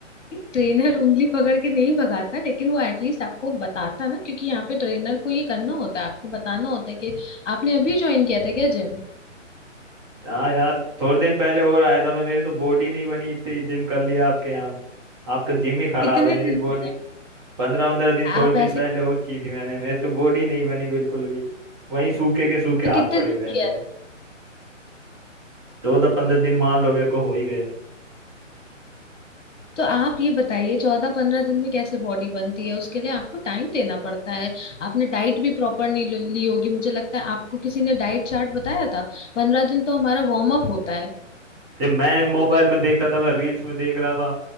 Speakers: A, on the left (about 70°); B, on the right (about 20°).
A: ट्रेनर उंगली पकड़ के नहीं भगाता लेकिन वो एटलीस्ट आपको बताता ना क्योंकि यहाँ पे ट्रेनर को ये करना होता है आपको बताना होता है कि आपने अभी ज्वाइन किया था क्या जिम
B: हाँ यार थोड़े दिन पहले और आया था मैं मेरी तो बॉडी नहीं बनी इतनी जिम कर लिया आपके यहाँ आपका जिम ही खराब
A: कितने
B: है मेरी
A: दिन
B: तो बॉडी
A: किया
B: पंद्रह पंद्रह दिन
A: है?
B: थोड़े
A: आप
B: दिन
A: ऐसे
B: पहले और की थी मैंने मेरी तो बॉडी नहीं बनी बिल्कुल भी वहीं सूखे के सूखे
A: तो
B: हाथ
A: कितने
B: पड़े
A: दिन
B: हुए हैं
A: किया
B: मेरे
A: है?
B: चौदह पंद्रह दिन मान लो मेरे को हो ही गए
A: तो आप ये बताइए चौदह पंद्रह दिन में कैसे बॉडी बनती है उसके लिए आपको टाइम देना पड़ता है आपने डाइट भी प्रॉपर नहीं ली ली होगी मुझे लगता है आपको किसी ने डाइट चार्ट बताया था पंद्रह दिन तो हमारा वार्म अप होता है
B: जब मैंने मोबाइल में देखा था मैं रील्स में देख रहा था